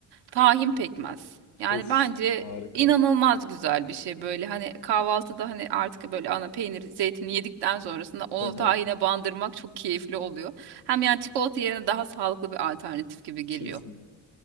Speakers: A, on the right (about 80°); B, on the left (about 85°).
A: Tahin pekmez. Yani
B: Of
A: bence
B: harika.
A: inanılmaz güzel bir şey böyle hani kahvaltıda hani artık böyle ana peynir zeytini yedikten sonrasında o
B: <laughs>
A: tahine bandırmak çok keyifli oluyor. Hem yani çikolata yerine daha sağlıklı bir alternatif gibi geliyor.
B: Kesin.